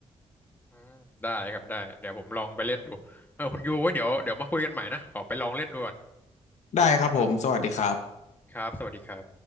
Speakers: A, on the left; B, on the left.
A: อืมได้ครับได้เดี๋ยวผมลองไปเล่นดูเออคุณยูไว่าเดี๋ยวเดี๋ยวมาคุยกันใหม่นะขอไปลองเล่นดูก่อน
B: ได้ครับผมสวัสดีครับ
A: ครับสวัสดีครับ